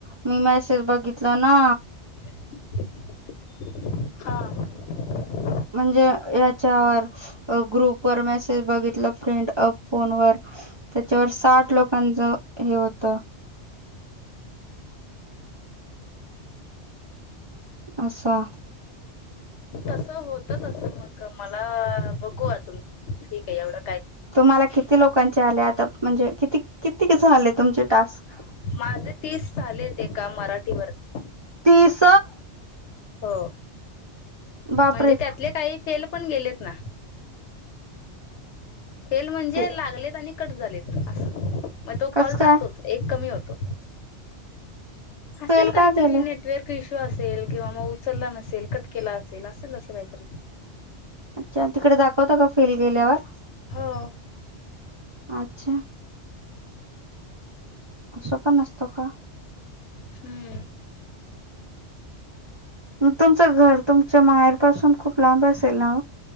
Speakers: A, on the right; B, on the left.
A: मी मेसेज बघितलं ना
B: हांा
A: म्हणजे याच्यावर ग्रुप व मेसेज बघितलं फ्रेंड अ फोनवर त्याच्यावर साठ लोकांच हे होत असछा
B: तसं होत तसं मग मला बघू अजून ठीक आहे एवढा
A: तुम्हाला किती लोकांचे आले आता म्हणजे किती किती कस झाले तुमचे टास्क
B: माझे तीस ले का मराठीवररती
A: तीस
B: हो
A: बापरे
B: म्हणजे त्यातले काही फेल पण गेलेत ना फेल म्हणजे
A: ते
B: लागलेत आणि कट झालेत असं मग तो
A: कस
B: कॉल जातोच
A: काय
B: एक कमी होतो असेल
A: फेल
B: काहीतरी
A: का गेले
B: नेटवर्क इश्यू असेल किंवा मग उचलला नसेल असेल कट केला असेल असेल असं काहीतरी
A: अच्छा तिकडे दाखवता का फीलल गेल्यावर
B: हो
A: अच्छा असं पण असतं का
B: हम्म
A: तुमचं घर तुमच्या माहेर पासून खूप लांब असेल ना